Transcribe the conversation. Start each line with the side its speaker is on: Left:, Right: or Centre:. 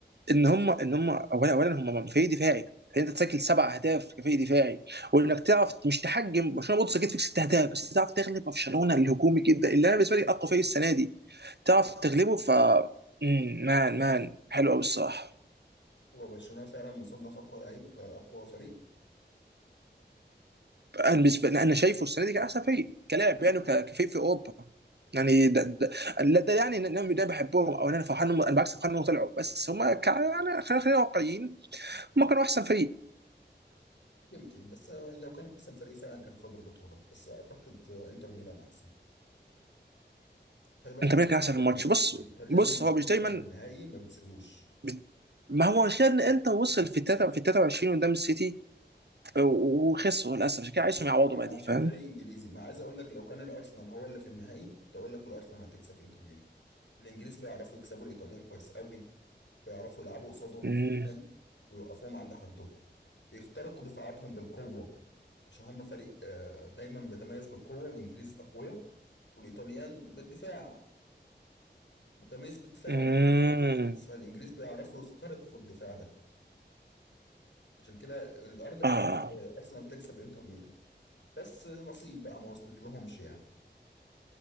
Right: ان هم ان هم اولا اولا هم فريق دفاعي فانت تسجل سبع اهداف كفريق دفاعي وانك تعرف مش تحجم برشلونه برضه سجلت فيك ست اهداف بس تعرف تغلب برشلونه الهجومي جدا اللي انا بالنسبه لي اقوى فريق السنه دي تعرف تغلبه ف مم، مان مان حلو قوي الصراحه
Left: هو برشلونة فعلا مصنف أقوى لعيب أقوى فريق
Right: انا بالنسبه لي انا شايفه السنه دي كان احسن فريق كلاعب يعني وك- كفريق في اوروبا يعني ده ده, لا ده يعني ان انا ده بحبهم او إن انا فرحان إنهم- انا بالعكس فرحان انهم طلعوا بس هم كا... يعني خلينا خلينا واقعيين هم كانوا احسن فريق
Left: يمكن بس لو كان أحسن فريق فعلا كان خد البطولة بس أعتقد إنتر ميلان أحسن خلي بالك
Right: انت
Left: الإيطاليان
Right: مين كان احسن في الماتش بص
Left: الإيطاليان
Right: بص
Left: لما
Right: هو
Left: بتوصل
Right: مش دايما
Left: للنهائي ما بتسيبوش
Right: بت- ما هو عشان انت وصل في تلاتة في 23 قدام السيتي و- وخسروا للاسف عشان كده عايزهم
Left: ما
Right: يعوضوا بقى دي
Left: عشان
Right: فاهم؟
Left: فريق إنجليزي ما عايز أقول لك لو كان الأرسنال هو اللي في النهائي كنت أقول لك الأرسنال هتكسب إنتر ميلان الإنجليز بيعرفوا يكسبوا الإيطاليان كويس قوي بيعرفوا يلعبوا قصادهم
Right: امم
Left: جدا ويوقفوهم عند حدهم بيخترقوا دفاعاتهم بالقوة عشان هم فريق آه، دايما بيتميز بالقوة الإنجليز أقوياء والإيطاليان بالدفاع متميز بدفاعه
Right: امم
Left: فالإنجليز بيعرفوا يخترقوا في الدفاع ده عشان كده الأرجح
Right: اه
Left: كان، آه، أرسنال تكسب إنتر ميلان بس آه، نصيب بقى ما وصلت لهمش يعني